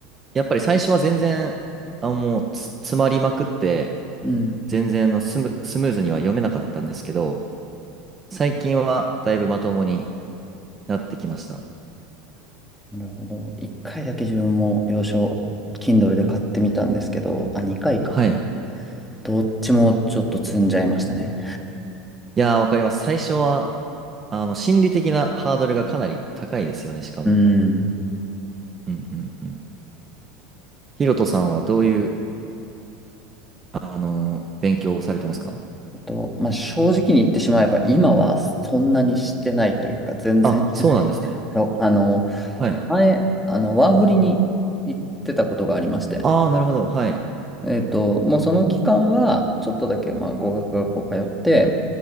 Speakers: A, on the right; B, in the centre.
A: やっぱり最初は全然、あ、もうつ、詰まりまくって、
B: うん。
A: 全然あのスム、スムーズには読めなかったんですけど、最近はだいぶまともになってきました。
B: なるほど。一回だけ自分も洋書、Kindle で買ってみたんですけど、あ、二回か。
A: はい。
B: どっちもちょっと積んじゃいましたね。
A: いやー、わかります。最初は、あの、心理的なハードルがかなり高いですよね、しかも。
B: うん。
A: うんうんうん。ヒロトさんはどういう、あのー勉強をされてますか
B: と、まあ、正直に言ってしまえば、今はそんなにしてないというか、全然してないんですけど、
A: あ、そうなんですね。
B: あの、
A: はい。
B: 前、あの、ワーホリに行ってたことがありまして、
A: ああ、なるほど。はい。
B: えっと、もうその期間は、ちょっとだけ、まあ、語学学校通って、